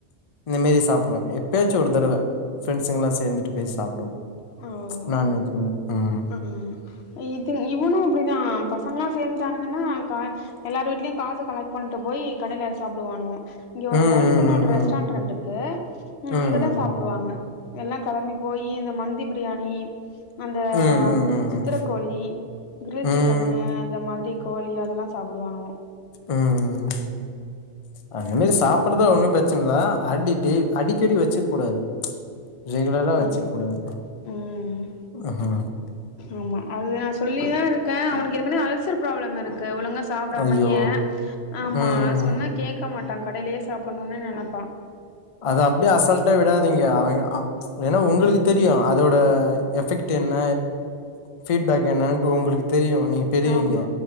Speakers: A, on the left; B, on the left.
A: இந்த மேரி சாப்வோ எப்பயாச்சு ஒரு தடவ ஃப்ரெண்ட்ஸுங் எல்லா சேர்ந்துட்டு போய் சாப் ஒ
B: ஓ
A: நான்வஜ் மா ம்
B: ம் இது இவனும் அப்டிதா பசங்கள் எல்லா சேந்துட்டானுங்கன்னா கா எல்லாரும் வீடலய காச கலெக்ட் பண்ணிட்டு போய் கடையில சாப்டுவானுங்க இங்க ஒரு
A: ம்
B: கேல்ஃப்
A: ம்
B: பென் ஒரு ரெஸ்டான்ட்ரண்ட் இருக்கு
A: ம் ம்
B: அங்கதான் சாப்டுவாங்க எல்லா கெளம்பி போய் இந்த மந்தி பிரியாணி அந்த
A: ம்
B: சித்திரக்கோழி
A: ம்
B: கிரில்
A: ம்
B: சிக்கனு அந்த மாதிரி கோழி அதெல்லா சாப்டுவாங்க
A: ம் அ என்னைக்கு சாப்படுத ஒன்னு பிரச்சன இல்ல அடி டெய் அடிக்கடி வச்சுக் கூடாது ரெகுலரா வச்சுக்
B: ம்
A: கூடாது
B: ம்
A: அஹா
B: ஆமா அது நா சொல்லிதா இருக்கேன் அவனுக்கு ஏற்கன அல்சர் ப்ராப்ளம் இருக்கு ஒழுங்கா சாப்டாமையே
A: ஐயோ
B: ஆமா
A: ம்
B: அ சொன்னா கேட்க மாட்டான் கடையிலயே சாப்பணும்னு நெனைப்பான்
A: அத அப்டியே அசல்ட்ட விடாதீங்க அவிங்க அப் ஏன்னா உங்களுக்கு தெரியும் அதோட எஃபெக்ட் என்ன ஃபீட்பேக் என்னட்டு உங்களுக்கு தெரியும் நீ பெரியவிங்க
B: ஆமா